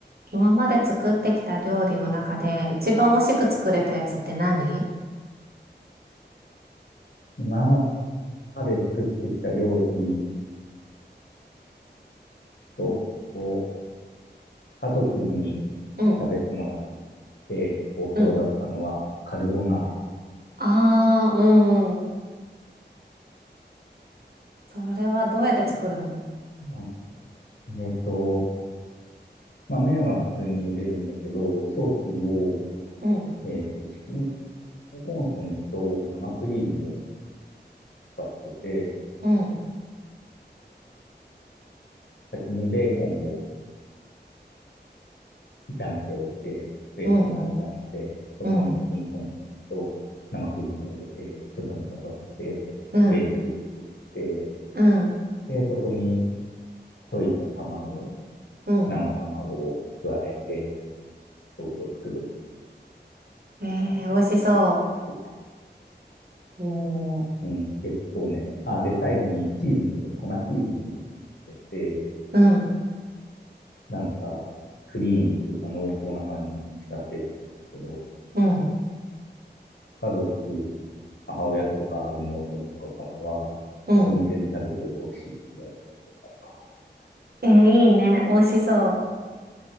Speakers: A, on the right (about 60°); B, on the left (about 80°).
A: 今まで作ってきた料理の中で一番美味しく作れたやつって何
B: 今まで作ってきた料理と、家族に
A: うん、
B: 食べてもらって好評だったのは、
A: うん。
B: カルボナー
A: ああー、うんうん。それはどうやって作るの
B: ラ。えっ、と、まあ、麺は普通に茹でるんだけど、ソースを、
A: うん、
B: えっ、と、チキンコンソメと生クリームを使ってて、
A: うん、
B: 先にベーコンを炒めておいて、ベーコンの味出して、
A: うん、うん、
B: そこにチキンコンソメと生クリームを入れて、
A: うん、
B: ちょっと煮立たせて、
A: うん、
B: ベースを作って、
A: うん、
B: で、そこに溶いた卵
A: うん。
B: 生卵を加えて、ソースを作るっていう感じで
A: えー、美味しそ
B: 作った
A: うおー、
B: うん、結構ね、あ、で、最後にチーズも入れて、粉チーズも入れて、
A: う。うん。
B: なんか、クリーミーというか濃厚な感じに仕立てるんだけど、
A: うん、
B: 家族、母親とか妹とかからは、
A: うん。
B: お店で食べるより美味しいって言われたことがあるかな。
A: えー、いいね。美味しそ